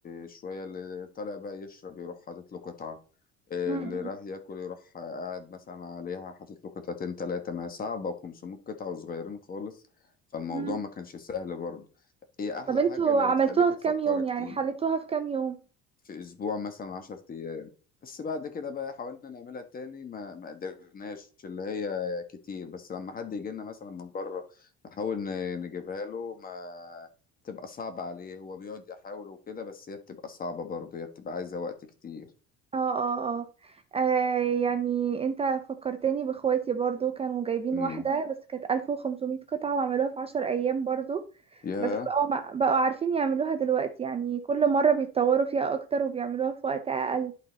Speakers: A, on the left (about 30°); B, on the right (about 20°).
A: شوية اللي طالع بقى يشرب يروح حاطط له قطعة اللي
B: مم.
A: راح ياكل يروح قاعد مثلا عليها حاطط له قطعتين تلاتة ما هي صعبة وخمسمية قطعة وصغيرين خالص فالموضوع
B: مم.
A: ما كانش سهل برضه هي احلى
B: طب انتوا
A: حاجة اللي
B: عملتوها
A: بتخليك تفكر
B: في كام يوم
A: كتير
B: يعني حلتوها في كام يوم
A: في اسبوع مثلا 10 ايام بس بعد كده بقى حاولنا نعملها تاني ما ما قدرناش اللي هي كتير بس لما حد يجي لنا مثلا من بره نحاول ن- نجيبها له ما تبقى صعبة عليه هو بيقعد يحاول وكده بس هي بتبقى صعبة برضه هي بتبقى عايزة وقت كتير
B: اه اه اه آه، يعني انت فكرتني باخواتي برضو كانوا جايبين
A: امم
B: واحدة بس كانت 1500 قطعة وعملوها في 10 ايام برضو
A: يا
B: بس بقوا ما- بقوا عارفين يعملوها دلوقتي يعني كل مرة بيتطوروا فيها اكتر وبيعملوها في وقت اقل